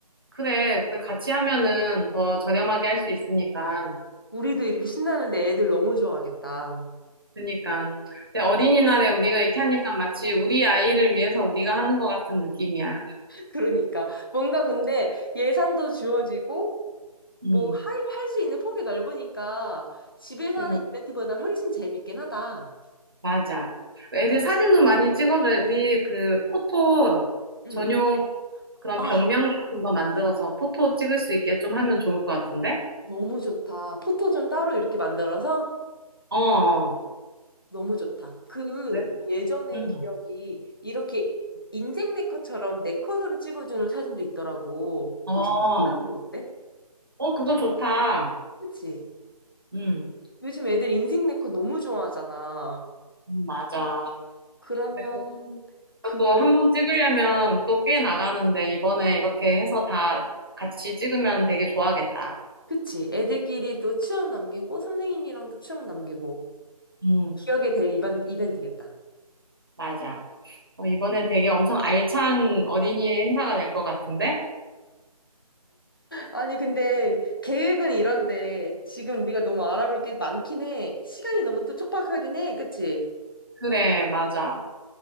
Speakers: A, on the right; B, on the left.
A: 그래. 그래. 같이 하면은 더 저렴하게 할 수 있으니까.
B: 우리도 이렇게 신나는데 애들 너무 좋아하겠다.
A: 그니까. 근데 어린이날에 우리가 이렇게 하니까 마치 우리 아이를 위해서 우리가 하는 것 같은 느낌이야.
B: 그러니까 뭔가 근데 예산도 주어지고
A: 음.
B: 뭐 할 할 수 있는 폭이 넓으니까 집에서
A: 그니
B: 하는 이벤트보다 훨씬 재밌긴 하다.
A: 맞아. 애들 사진도 많이 찍어줘요. 우리 그 포토
B: 응.
A: 전용 그런
B: 아,
A: 벽면 같은 거 만들어서 포토 찍을 수 있게 좀 하면 좋을 것 같은데?
B: 너무 좋다. 포토존 따로 이렇게 만들어서
A: 어, 어.
B: 너무 좋다. 그
A: 그래.
B: 예전의
A: 음.
B: 기억이 이렇게 인생 네컷처럼 네컷으로 찍어주는 사진도 있더라고.
A: 어.
B: 혹시 그걸 보면 어때?
A: 어, 그거 좋다.
B: 그치?
A: 음.
B: 요즘 애들 인생 네컷 너무 좋아하잖아.
A: 음, 맞아.
B: 그러면
A: 근데 그-
B: 그거
A: 그것도 한번 찍으려면 또 꽤 나가는데 이번에 이렇게 해서 다 같이 찍으면 되게 좋아하겠다.
B: 그치. 애들끼리 도 추억 남기고, 선생님이랑도 추억 남기고,
A: 음.
B: 기억에 될 이벤, 이벤트겠다.
A: 맞아. 어, 이번에 되게 엄청 알찬 어린이 행사가 될 것 같은데?
B: 아니, 근데 계획은 이런데, 지금 우리가 너무 알아볼 게 많긴 해. 시간이 너무 또 촉박하긴 해. 그치?
A: 그래, 맞아.